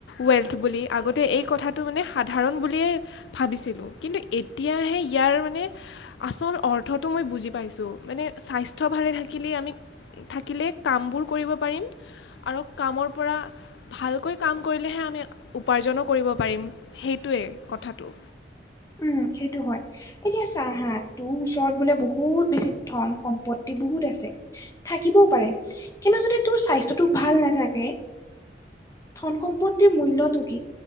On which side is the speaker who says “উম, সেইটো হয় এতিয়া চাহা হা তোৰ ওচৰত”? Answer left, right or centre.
Left